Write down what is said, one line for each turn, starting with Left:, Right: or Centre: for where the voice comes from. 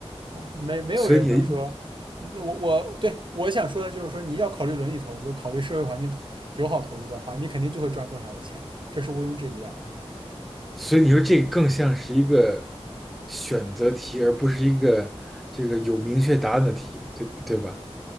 Right: 啊，没没有人能说，
Centre: 所以你，
Right: 嗯我我对我想说的就是说，你要考虑伦理投资，考虑社会环境投友好投资的话，你肯定就会赚更少的钱，这是毋庸置疑的。
Centre: 所以你说这个更像是一个选择题，而不是一个这个有明确答案的题，对对吧？